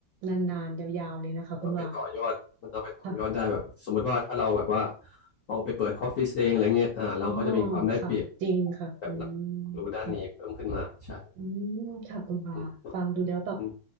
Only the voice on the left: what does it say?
เอาไปต่อยอดมันเอาไปต่อยอดได้แบบสมมติว่าถ้าเราแบบว่า
ออกไปเปิดออฟฟิศเองอะไรเงี้ยอ่าเราก็จะมีความได้เปรียบ
แบบเรา
รู้ด้านนี้เพิ่มขึ้นมาใช่
อืมอืม